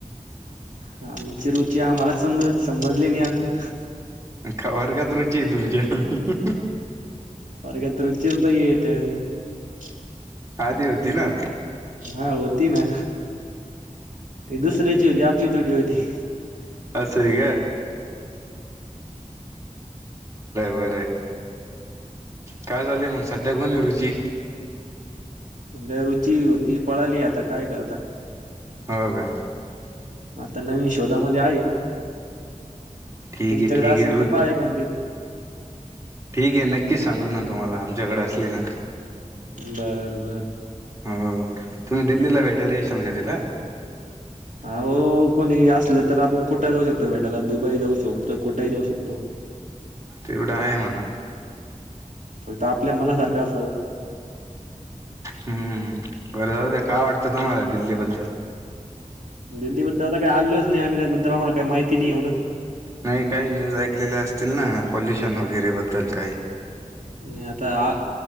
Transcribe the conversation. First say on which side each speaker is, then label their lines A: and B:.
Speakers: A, on the right; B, on the right.
A: हा आमची रुची आम्हालाच समज समजली नाही अजून.
B: का वर्गात रुची आहे तुमच्या.
A: <unintelligible>
B: आधी होती ना.
A: हा होती ना. ते दुसऱ्याची होती आपली थोडी होती.
B: <unintelligible> बर बर काय चालूये म सध्या कोण आहे रुची.
A: सध्या रुची होती पळाली आता काय करता.
B: हो का.
A: आता नवीन शोधा मध्ये आहे.
B: ठीक
A: तुमच्याकडे
B: आहे ठीक
A: असेल
B: आहे रु
A: तर पाहा एखादी.
B: ठीक आहे नक्कीच सांगून आन तुम्हाला आमच्याकड असली ना.
A: बर बर
B: हो तुम्ही दिल्लीला भेटायला येशाल का तिला.
A: अ हो कोणी असले तर आपण कुठ जाऊ शक तो भेटायला दुबई जाऊ शकतो कुठेही जाऊ शकतो.
B: तेवढं आहे म्हणा.
A: फक्त आपल्या मनासारखं असावं.
B: हम्म बरं जाऊ द्या काय वाटतं तुम्हाला दिल्ली बद्दल?
A: दिल्ली बद्दल आता काही आलेलोच नाही आम्ही त्याबद्दल आम्हाला काही माहिती नाही एवढं.
B: नाही काही न्यूज ऐकलेल्या असतील ना पॉल्युशन वगैरे बद्दल काही.
A: नाही आता आ